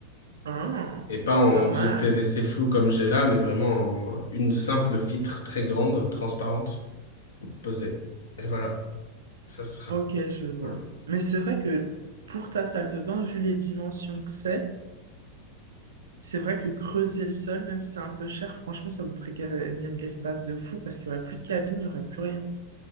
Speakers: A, on the right (about 65°); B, on the left (about 65°).
A: Ah,
B: Et pas en
A: pas mal.
B: vieux PVC flou comme j'ai là, mais vraiment en une simple vitre très grande, transparente, posée. Et voilà, ça sera
A: Ok, je vois.
B: cool.
A: Mais c'est vrai que pour ta salle de bain, vu les dimensions que c'est, c'est vrai que creuser le sol, même si c'est un peu cher, franchement, ça vous ferait gagner de l'espace de fou parce qu'il n'y aurait plus de cabine, il n'y aurait plus rien.